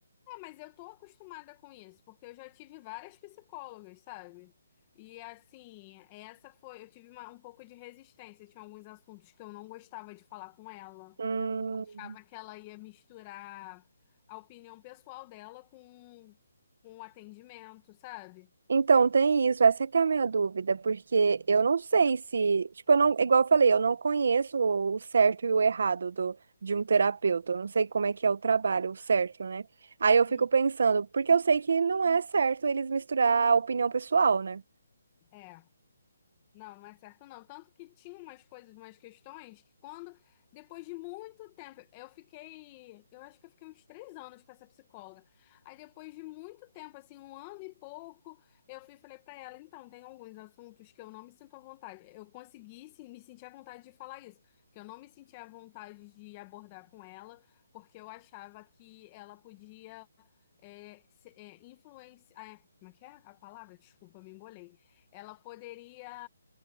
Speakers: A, on the left; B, on the right.
A: é, mas eu tô acostumada com isso, porque eu já tive várias psicólogas, sabe? E assim, essa foi, eu tive uma- um pouco de resistência, tinha alguns assuntos que eu não gostava de falar com ela.
B: Hum.
A: Achava que ela ia misturar a opinião pessoal dela com com o atendimento, sabe?
B: Então, tem isso, essa que é a minha dúvida, porque eu não sei se, tipo, eu não, igual eu falei, eu não conheço o certo e o errado do, de um terapeuta, eu não sei como é que é o trabalho, o certo, né? Aí eu fico
A: Hum,
B: pensando, porque eu sei que não é certo eles misturar a opinião pessoal, né?
A: É. Não, não é certo não. Tanto que tinha umas coisas, umas questões que quando, depois de muito tempo, eu fiquei, eu acho que eu fiquei uns três anos com essa psicóloga. Aí depois de muito tempo, assim, um ano e pouco, eu fui e falei pra ela, então, tem alguns assuntos que eu não me sinto à vontade. Eu consegui, sim, me sentir à vontade de falar isso, que eu não me sentia à vontade de abordar com ela, porque eu achava que ela podia é, se- é, influenci- ah, é, como é que é a palavra? Desculpa, me embolei. Ela poderia,